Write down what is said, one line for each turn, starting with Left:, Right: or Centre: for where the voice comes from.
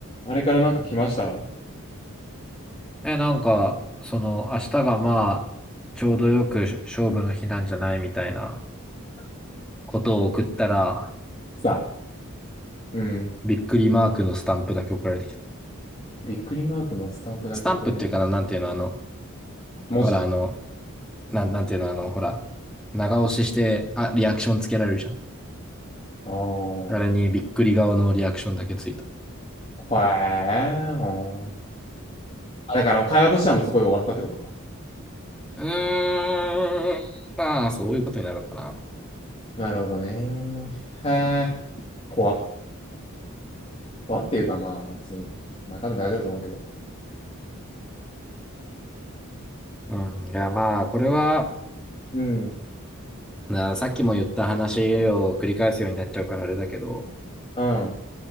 Left: あれからなんか来ましたあ
Centre: え、なんか、その、明日がまあ、ちょうどよく勝負の日なんじゃないみたいなことを送ったら、
Left: 来た。うん。
Centre: びっくりマークのスタンプだけ送られてきた。
Left: びっくりマークのスタンプだけ送られる。
Centre: スタンプっていうかな、なんていうの、あの、
Left: 文字。
Centre: ほら、あの、なん、なんていうの、あの、ほら、長押しして、あ、リアクションつけられるじゃん。
Left: ああ、ほ
Centre: あれにびっくり顔のリアクションだけついた。
Left: えー、ほーあだからもう会話としてはもうそこで終わったってことか。
Centre: うーん、まあ、そういうことになるのかな。
Left: なるほどね。へえ、怖っ。怖っていうかまあ別に。まあ多分大丈夫だと思うけど。
Centre: うん、いや、まあ、これは、
Left: うん。
Centre: なさっきも言った話を繰り返すようになっちゃうからあれだけど、
Left: うん。